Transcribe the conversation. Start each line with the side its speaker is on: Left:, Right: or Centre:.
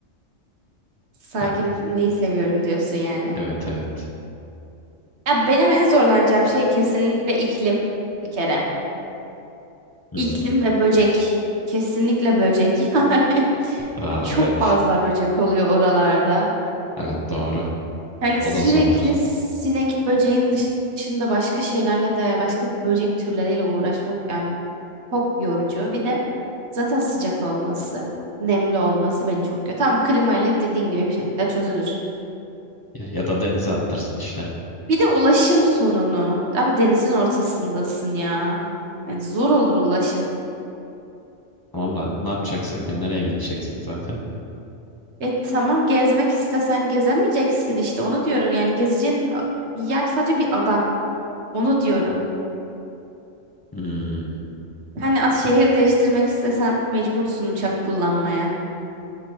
Right: Sakinliği
Left: Hani
Right: seviyorum diyorsun yani.
Left: evet evet.
Right: Ya benim en zorlanacağım şey kesinlikle iklim bir kere.
Left: Hmm,
Right: İklim ve böcek. Kesinlikle böcek <laughs> yani.
Left: Aa,
Right: Çok
Left: evet.
Right: fazla böcek oluyor oralarda.
Left: Evet doğru.
Right: Yani
Left: O
Right: sürekli
Left: da zorlar.
Right: sinek böceğin dışında başka şeylerle de başka böcek türleriyle uğraşmak yani çok yorucu. Bir de zaten sıcak olması, nemli olması beni çok yoruyor. Tamam klimayla dediğin gibi bir şekilde çözülür.
Left: Ya, ya da denize attırsın işte.
Right: Bir de ulaşım sorunu. Abi denizin ortasındasın ya. Yani zor olur ulaşım.
Left: Tamam da ne yapacaksın ki? Nereye gideceksin zaten?
Right: E tamam gezmek istesen gezemeyeceksin işte onu diyorum. Yani gezeceğin yer sadece bir ada. Onu diyorum.
Left: Hmm,
Right: Hani at şehir değiştirmek istesen mecbursun uçak kullanmaya.